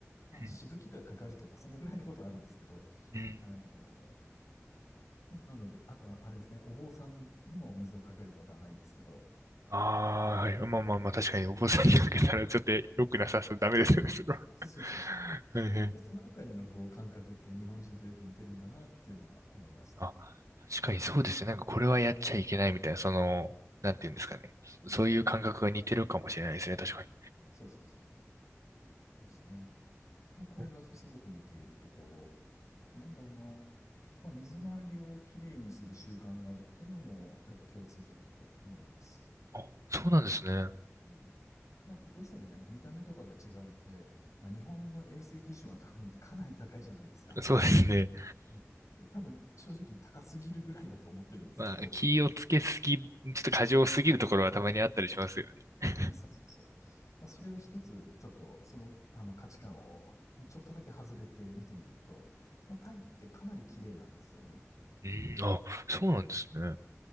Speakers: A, on the left; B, on the right.
A: まあ、
B: うん。
A: しぶきがかかるとか、そのぐらいのことはあるんですけど、
B: うん。
A: あの、まあ、なので、あとは、あれですね、お坊さんにも水をかけることはないんですけど、
B: ああ、はい。まあまあまあ、確かにお坊さんにかけたらちょっと良くなさそう。ダメですよね、それは。
A: そうそうそうそ
B: <laughs> はいはい。
A: う。でそのあたりのこう感覚って日本人とよく似てるんだなっていうのは思いました。
B: あ、確かにそうですね。なんかこれはやっちゃいけないみたいな、その、なんていうんですかね。そういう感覚が似てるかもしれないですね、確かに。
A: そうそうそう。そうですね。まあ、これがすごく似ているところ。
B: お
A: あとなんだろうな。まあ、水回りをきれいにする習慣があるっていうのも、やっぱ共通点だと思います。
B: あ、そうなんですね。
A: うんまあ、どうしてもね、見た目とかが違うので、まあ、日本の衛生基準は特にねかなり高いじゃないですか。
B: そうですね。
A: うん多分、正直高すぎるぐらいだと思ってるんですけど、
B: まあ、気をつけすぎ、ちょっと過剰すぎるところはたまにあったりしますよね。
A: そうそうそう。
B: <laughs>
A: まあ、それを一つ、ちょっと、その、あの価値観を、<laughs> ちょっとだけ外れて見てみると、まあ、タイってかなり綺麗なんですよね。
B: うん、あ、そうなんですね。